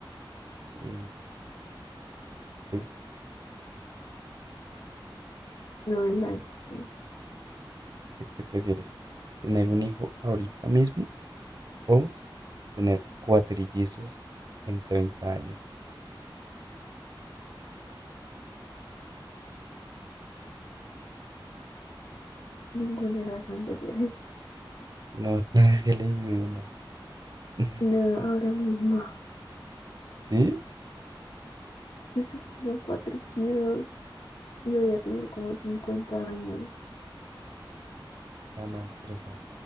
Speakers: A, on the right; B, on the left.
A: Sí. ¿Tú
B: no el like, sí.
A: ¿Tú qué prefieres? ¿Tener un hijo ahorita mismo o tener cuatrillizos en 30 años?
B: Ninguna de las anteriores.
A: No <laughs> tienes que elegir una. <laughs>
B: No, ahora mismo. <laughs>
A: ¿Sí?
B: Pues es que son cuatrillidos. y voy a tener como 50 años.
A: Te Van a destrozar.